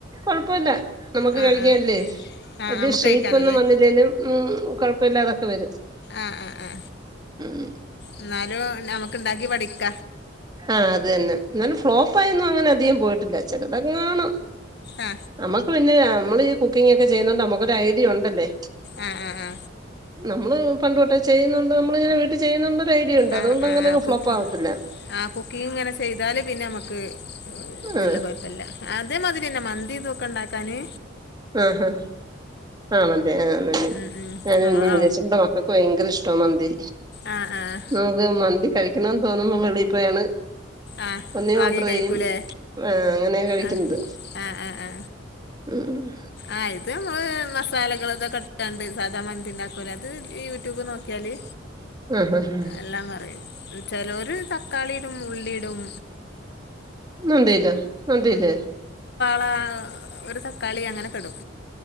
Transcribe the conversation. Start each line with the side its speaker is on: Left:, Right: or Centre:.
Right: കൊഴപ്പയില്ല നമുക്ക്
Left: ആ
Right: കഴിക്കാൻ
Left: ആ
Right: അല്ലേ
Left: ആ
Right: വലിയ
Left: നമുക്ക്
Right: ഷേപ്പ്
Left: കഴിക്കാനല്ലേ
Right: ഒന്നും വന്നില്ലേലും മ്മ് കൊഴ ഉപ്പില്ലാതൊക്കെ വരും
Left: ആ ആ ആ
Right: ഉം
Left: എന്നാലും നമുക്ക് ഇണ്ടാക്കി പഠിക്ക
Right: ആഹ് അത് തന്നെ എന്നാലും ഫ്ലോപ്പ് ആയൊന്നും അങ്ങനെ അധികം പോയിട്ടില്ല ചിലതെങ്ങാണും
Left: ആ
Right: നമ്മക്ക് പിന്നെ നമ്മൾ ഈ കു കുക്കിങ്ങൊക്കെ ചെയ്യുന്നോണ്ട് നമ്മക്കൊരു ഐഡിയ ഉണ്ടല്ലേ
Left: ആ ആ ആ
Right: നമ്മള് പണ്ട് തൊട്ടെ ചെയ്യുന്നുണ്ട് നമ്മളിങ്ങനെ വീട്ട് ചെയ്യുന്നോണ്ട് ടിയുണ്ട്
Left: ആ
Right: അതോണ്ടങ്ങനങ്
Left: ആ ആ
Right: ഫ്ലോപ്പാവത്തില്ല
Left: കുക്കി ആ കുക്കിംഗ് ഇങ്ങനെ ചെയ്താല് പിന്നെ നമ്മക്ക് ഇതില്ല
Right: ആഹ്
Left: കൊഴ്പ്പല്ല അതേമാതിരിന്നെ മന്തി ഇതൊക്കണ്ടാ ത്തന്
Right: ആ ഹാ ആ മന്തി ആ അതെ
Left: ഉം ഉം
Right: ഞാന് പിന്നിം
Left: ആ ആ
Right: വിചാര്ച്ചു ഇവിടെ മക്കക്ക് ഭയങ്കര ഇഷ്ടാ മന്തി
Left: ആ ആഹ്
Right: നമുക്ക് മന്തി കഴിക്കണംന്ന് തോന്നുമ്പൊ വെളി പോയാണ്
Left: ആ
Right: ഒന്നേ
Left: വാങ്ങി
Right: ഓർഡർ
Left: കഴിക്കൂലേ
Right: ചെയ്യും ആഹ് അങ്ങനെ കഴിക്കുന്നത്
Left: അ ആ ആ ആ
Right: ഉം
Left: ആ ഇത് നമ്മള് മസാലകളൊകെക്കെട്ടാണ്ട് സാധാ മന്തിണ്ടാക്കൂലെ അത് യൂട്യൂബ് നോക്കിയാല്
Right: ആഹ് ആഹ്
Left: എല്ലാം അറിയും ചെലോര് തക്കാളീടും ഉള്ളിടും
Right: മന്തിയില്ല മന്തിയില്ലേ
Left: ളാ ഒരു തക്കാളി അങ്ങനെ ക്കെടും